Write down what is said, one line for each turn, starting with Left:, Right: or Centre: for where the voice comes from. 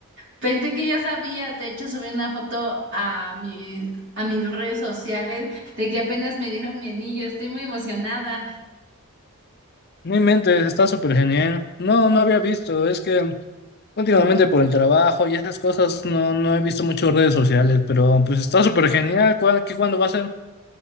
Right: pensé que ya sabías. De hecho, subí una foto a mi, a mis redes sociales de que apenas me dieron mi anillo. Estoy muy emocionada.
Left: No inventes, está súper genial. No, no había visto, es que últimamente por el trabajo y esas cosas no, no he visto mucho redes sociales, pero pues está súper genial, ¿cuá- ¿qué cuándo va a ser?